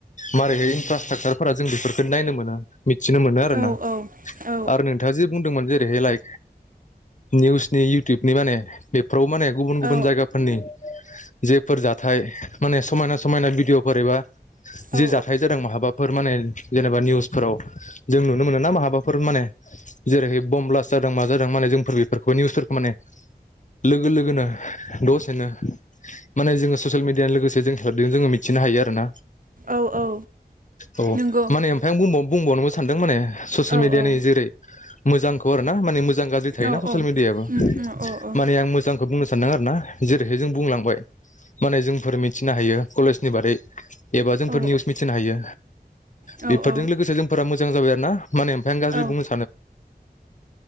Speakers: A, on the left; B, on the right.
A: मारै इनफ्रास्ट्राकसारफोरा जों बेफोर नायनो मोन। मिथिनो मोनो आरो
B: औ
A: ना
B: औ
A: आरो नों बुंदोंमोन जेरैहाय लाय निउसनि, इउटुबनि माने बे फोराव माने गुबुन-गुबुन
B: औ
A: जायगाफोरनि जेफोर जाथाय माने समायना समायना भिडिअफोर एबा जि
B: औ
A: जाथाय जादों माहाबाफोर माने जेनेबा निउसफोराव जों नुनो मोनो ना माहाबाफोर माने जेरैहाय बम ब्लास्ट जादों मा जादों माने जोंफोर बेफोरखौ निउसफोरखौ माने लोगो लोगोनो, दसेनो माने जोङो ससेल मिडियानो लोगोसे जों जोङो मिथिनो हायो आरोना।
B: औ औ
A: औ
B: नंगौ
A: माने ओमफाय आं बुंबाव बुंबावनोबो सानदों माने ससेल
B: औ
A: मिडियानि
B: औ
A: जेरै मोजांख खौ आरोना माने मोजां गाज्रि थायोना
B: औ
A: ससियेल मिडियाबो
B: उम उम औ औ
A: माने आं मोजां खौ बुंनो सानदों आरो ना जेरैहाय जों बुंलांबाय माने जोंफोर मिथिनो हायो कलेजनि बारै एबा जोंफोर
B: औ
A: निउस मिथिनो हायो
B: औ
A: बेफोरजों
B: औ
A: लोगोसे जोंफोरा मो मोजां जाबाय आरो ना। माने ओमफ्राइ आं गाज्रि
B: औ
A: बुंनो